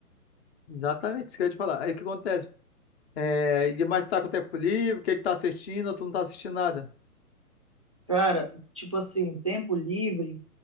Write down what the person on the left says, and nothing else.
exatamente, isso que eu ia te falar. Aí o que acontece? É, e- mas tu tá com tempo livre, o que que tá assistindo, ou tu não tá assistindo nada?